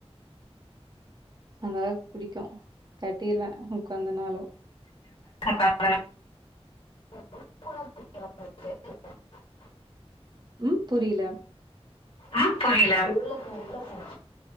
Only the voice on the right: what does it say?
அந்தளவுக்கு புடிக்கு கட்டிறுவ உக்காந்தனாலு
ம் புரில